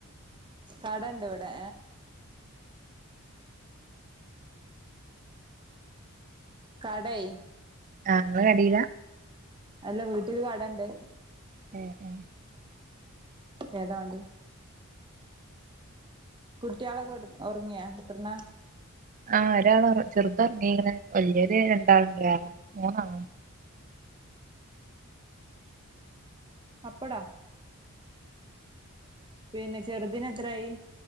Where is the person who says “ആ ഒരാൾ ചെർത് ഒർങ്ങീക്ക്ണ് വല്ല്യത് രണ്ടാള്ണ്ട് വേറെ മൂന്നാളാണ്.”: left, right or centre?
Right